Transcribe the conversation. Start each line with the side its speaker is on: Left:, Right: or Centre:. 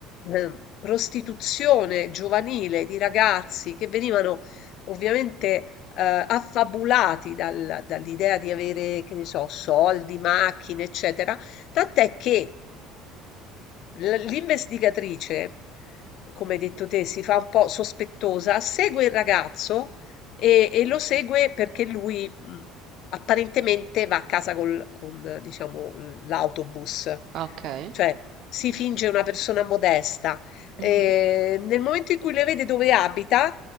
Left: eh, prostituzione giovanile di ragazzi che venivano ovviamente eh, affabulati dal- dall'idea di avere, che ne so, soldi, macchine, eccetera. Tant'è che l- l'investigatrice, come hai detto te, si fa un po' sospettosa, segue il ragazzo e, e lo segue perché lui mh, apparentemente va a casa col- con, eh, diciamo, l- l'autobus,
Right: Ah, Ok.
Left: cioè si finge una persona modesta. Eh,
Right: Mhm.
Left: nel momento in cui le vede dove abita,